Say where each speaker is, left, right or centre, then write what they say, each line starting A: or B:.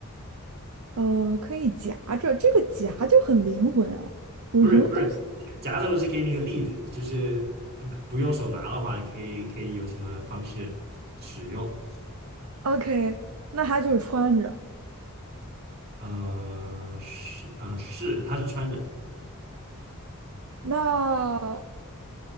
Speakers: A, on the right; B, on the right.
A: 呃，可以夹着，这个夹就很灵魂啊。有什么东西
B: 不是不是，假设我是给你一个例子，就是不不用手拿的话，可以可以有什么方式使用？
A: ？OK，那它就是穿着。
B: 呃，是呃是，它是穿着，
A: 那